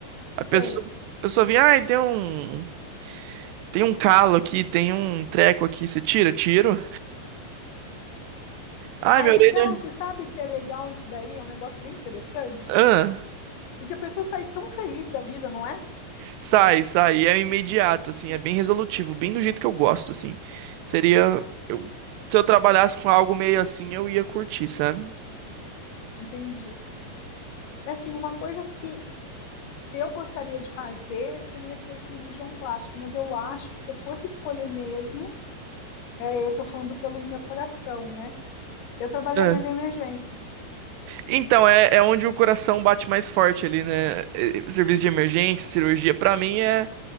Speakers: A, on the right; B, on the left.
A: A pessoa,
B: Tem.
A: a pessoa vinha, ai, tem um. Tem um calo aqui, tem um treco aqui, você tira? Tiro. Ai,
B: Ah,
A: minha
B: é legal,
A: orelha.
B: você sabe que é legal isso daí? É um negócio bem interessante.
A: Ahn.
B: Porque a pessoa sai tão feliz da vida, não é?
A: Sai, sai, é imediato, assim, é bem resolutivo, bem do jeito que eu gosto, assim. Seria, eu, se eu trabalhasse com algo meio assim, eu ia curtir, sabe?
B: Entendi. É Assim, uma coisa que eu gostaria de fazer seria ser cirurgião plástico, mas eu acho que se eu fosse escolher mesmo, é, eu estou falando pelo meu coração, né? Eu trabalharia
A: É.
B: na emergência,
A: Então, é, é onde o coração bate mais forte ali, né? É, é, Serviço de emergência, cirurgia, pra mim é,